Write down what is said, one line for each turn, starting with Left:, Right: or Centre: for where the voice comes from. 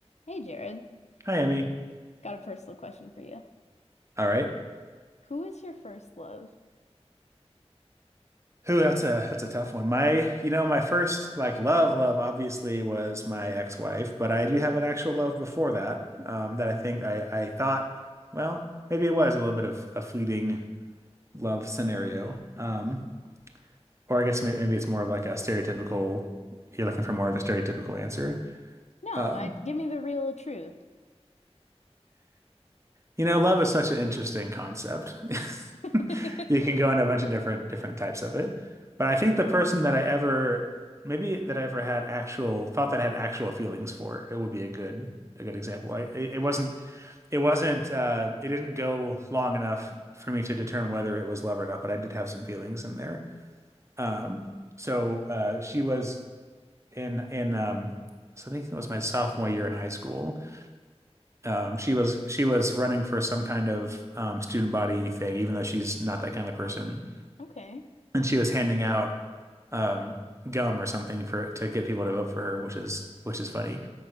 Left: Hey Jared,
Right: Hi, Emmy.
Left: got a personal question for you.
Right: All right.
Left: Who is your first love?
Right: Who, that's a that's a tough one. My, you know, my first like love, love obviously was my ex-wife, but I do have an actual love before that. Um, that I think I I thought, well, maybe it was a little bit of a fleeting love scenario. Um, or I guess may- maybe it's more of like a stereotypical. You're looking for more of a stereotypical answer.
Left: No,
Right: Um,
Left: I give me the real truth.
Right: You know, love is such an interesting concept. <laughs>
Left: <laughs>
Right: You can go into a bunch of different different types of it. But I think the person that I ever maybe that I ever had actual thought that I had actual feelings for, it would be a good a good example. I it it wasn't
Left: Yeah,
Right: it wasn't uh it didn't go long enough for me to determine whether it was love or not, but I did have some feelings in there. Um so uh she was in in um so I think it was my sophomore year in high school um, she was she was running for some kind of um, student body thing, even though she's not that kind of person.
Left: okay.
Right: And she was handing out um, gum or something for to get people to vote for her, which is which is funny.